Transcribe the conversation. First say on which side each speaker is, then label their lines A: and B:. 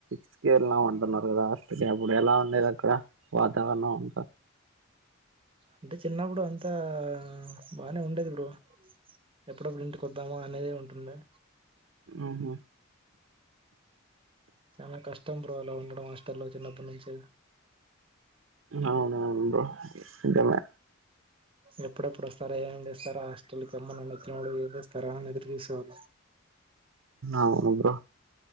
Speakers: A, on the right; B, on the right.
A: స్కెర్ల ఉంటున్నారు కదా అక అప్పుడు ఎలా ఉండేది అక్కడ వాతావరణం అంత
B: అంటే చిన్నప్పుడు అంతా బానే ఉండేది ఇప్పుడు ఎప్పుడేప్పుడు ఇంటికొద్దామో అనేది ఉంటుండే
A: ఆహ
B: చాలా కష్టం బ్రో అల ఉండడం హస్టల్ లో చిన్నప్పటి నుంచి
A: అవునవును బ్రో నిజనే
B: ఎప్పుడెప్పుడు వస్తారా ఏమేం చేస్తారా హాస్టల్ కి అమ్మ నాన్న వచ్చినపుడు ఏం తెస్తరా అని ఎదురు చూసేవాళ్లం
A: అవును బ్రో